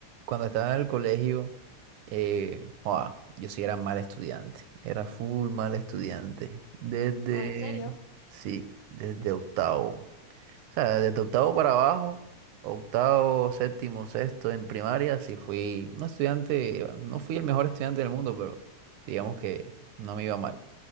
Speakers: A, on the right; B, on the left.
A: Cuando estaba en el colegio, eh, joa, yo sí era mal estudiante, era full mal estudiante. Desde,
B: Oh, ¿en serio?
A: sí, desde octavo. O sea, desde octavo para abajo, octavo, séptimo, sexto en primaria, sí fui un estudiante, no fui el mejor estudiante del mundo, pero digamos que no me iba mal.